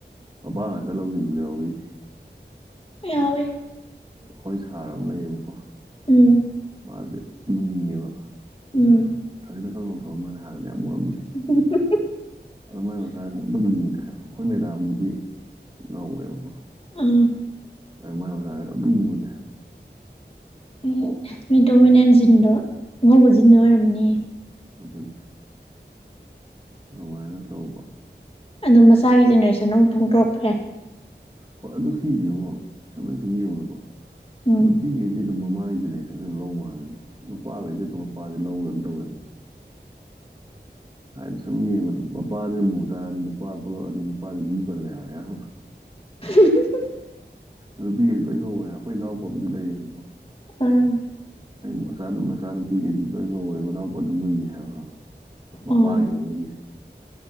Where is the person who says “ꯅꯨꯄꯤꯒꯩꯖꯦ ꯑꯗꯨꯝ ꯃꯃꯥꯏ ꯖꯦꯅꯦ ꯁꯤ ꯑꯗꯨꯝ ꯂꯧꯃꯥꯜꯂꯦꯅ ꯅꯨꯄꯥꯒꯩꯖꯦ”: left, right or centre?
Right